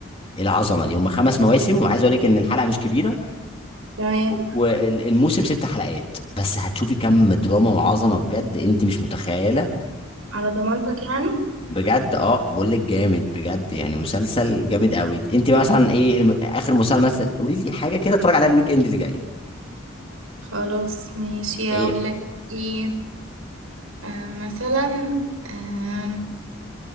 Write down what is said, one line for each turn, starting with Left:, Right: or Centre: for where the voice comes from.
Left: ايه العظمه دي هم خمس مواسم وعايز اقول لك ان الحلقه مش كبيره
Right: تمام
Left: والموسم ست حلقات بس هتشوفي كم دراما وعظمه بجد انت مش متخيله
Right: على ضمانتك يعني
Left: بجد اه بقول لك جامد بجد يعني مسلسل جامد قوي انت مثلا ايه الم- اخر مسلسل مثلا قولي لي حاجه كده اتفرج عليها الويك اند اللي جاي
Right: خلاص ماشي
Left: ايه
Right: اقول لك ايه آه، مثلا آه،